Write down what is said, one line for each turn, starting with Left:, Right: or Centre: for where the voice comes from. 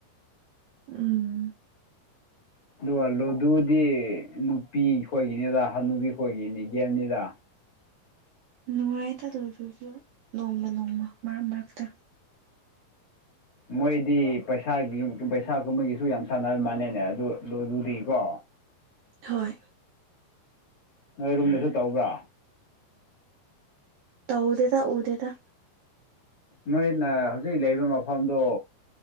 Right: ꯎꯝ
Left: ꯑꯗꯨꯒ ꯂꯣꯗꯨꯗꯤ ꯅꯨꯄꯤ ꯈꯣꯏꯒꯤꯅꯤꯗ ꯍꯅꯨꯄꯤ ꯈꯣꯏꯒꯤꯅꯤ ꯒꯦꯝꯅꯤꯗ
Right: ꯅꯨꯡꯉꯥꯏꯇꯗꯗꯨꯁꯨ ꯅꯣꯡꯃ ꯅꯣꯡꯃ ꯃꯔꯛ ꯃꯔꯛꯇ
Left: ꯃꯣꯏꯗꯤ ꯄꯩꯁꯥꯒꯤ ꯄꯩꯁꯥꯒꯨꯝꯕꯒꯤꯁꯨ ꯌꯥꯝ ꯁꯥꯟꯅꯔ ꯃꯥꯜꯂꯦꯅꯦ ꯑꯗꯨ ꯑꯗꯨ ꯑꯗꯨꯗꯒꯤꯀꯣ
Right: ꯍꯣꯏ
Left: ꯅꯣꯏ ꯔꯨꯝꯗꯁꯨ ꯇꯧꯕ꯭ꯔꯥ
Right: ꯇꯧꯗꯦꯗ ꯎꯗꯦꯗ
Left: ꯅꯣꯏꯅꯥ ꯍꯧꯖꯤꯛ ꯂꯩꯕ ꯃꯐꯝꯗꯣ